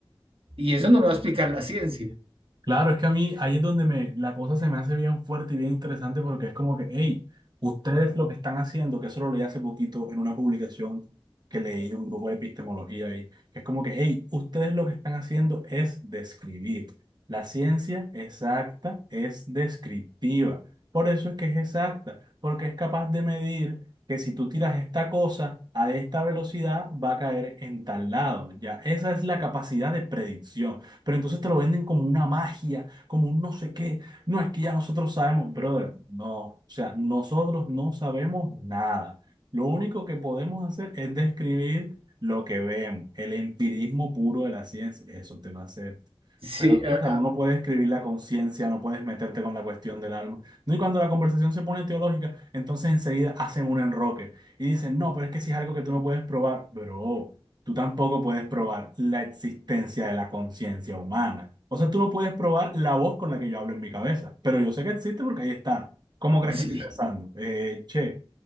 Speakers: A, on the right; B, on the right.
A: Y eso no lo va a explicar la ciencia.
B: Claro, es que a mí ahí es donde me, la cosa se me hace bien fuerte y bien interesante porque es como que, hey, ustedes lo que están haciendo, que eso lo leí hace poquito en una publicación que leí de un grupo de epistemología ahí, que es como que, hey, ustedes lo que están haciendo es describir. La ciencia exacta es descriptiva. Por eso es que es exacta, porque es capaz de medir que si tú tiras esta cosa a esta velocidad, va a caer en tal lado. Ya, esa es la capacidad de predicción pero entonces te lo venden como una magia, como un no sé qué. No, es que ya nosotros sabemos, brother, no, o sea, nosotros no sabemos nada. Lo único que podemos hacer es describir lo que vemos, el empirismo puro de la ciencia, eso te lo hace
A: Sí,
B: pero sí,
A: ah,
B: o sea,
A: ah,
B: uno puede escribir la conciencia, no puedes meterte con la cuestión del alma. No, y cuando la conversación se pone teológica, entonces enseguida hacen un enroque y dicen, no, pero es que si es algo que tú no puedes probar, bro, tú tampoco puedes probar la existencia de la conciencia humana. O sea, tú no puedes probar la voz con la que yo hablo en mi cabeza, pero yo sé que existe porque ahí está. ¿Cómo crees
A: sí,
B: que estoy pensando? Eh, che,